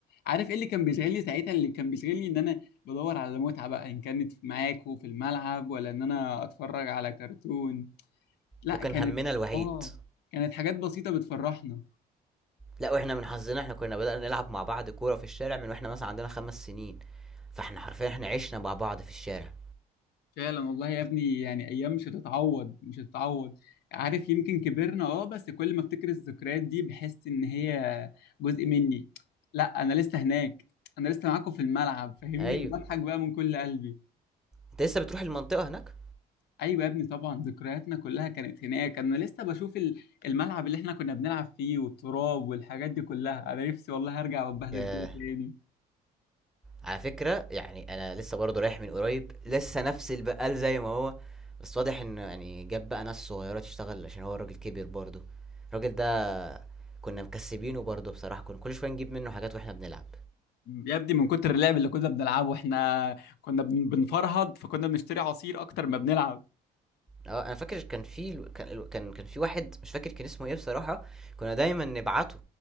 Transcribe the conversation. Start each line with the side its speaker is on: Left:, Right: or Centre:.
Left: عارف ايه اللي كان بيشغلني ساعتها اللي كان بيشغلني ان انا بدور على متعة بقى ان كانت معاكوا في الملعب ولا ان انا اتفرج على كرتون لا
Centre: ده كان
Left: كانت
Centre: همنا الوحيد
Left: اه كانت حاجات بسيطة بتفرحنا
Centre: لا واحنا من حظنا احنا كنا بدأنا نلعب مع بعض كورة في الشارع من واحنا مثلا عندنا خمس سنين فاحنا حرفيا احنا عشنا مع بعض في الشارع
Left: فعلا والله يا ابني يعني ايام مش هتتعوض مش هتتعوض عارف يمكن كبرنا اه بس كل ما افتكر الذكريات دي بحس ان هي جزء مني لا انا لسه هناك انا لسه معاكم في الملعب فاهمني
Centre: ايوه
Left: بضحك بقى من كل قلبي
Centre: انت لسه بتروح المنطقة هناك
Left: ايوه يا ابني طبعا ذكرياتنا كلها كانت هناك انا لسه بشوف ال- الملعب اللي احنا كنا بنلعب فيه والتراب والحاجات دي كلها انا نفسي والله هرجع واتبهدل
Centre: ياه
Left: كده تاني
Centre: على فكرة يعني انا لسه برضه رايح من قريب لسه نفس البقال زي ما هو بس واضح ان يعني جاب بقى ناس صغيرة تشتغل عشان هو الراجل كبر برضه الراجل ده كنا مكسبينه برضه بصراحة كنا كل شوية نجيب منه حاجات واحنا بنلعب
Left: يا ابني من كتر اللعب اللي كنا بنلعبه احنا كنا بن- بنفرهد فكنا بنشتري عصير اكتر ما بنلعب
Centre: اه انا فاكر كان في الو- كان الو- كان كان في واحد مش فاكر كان اسمه ايه بصراحة كنا دايما نبعته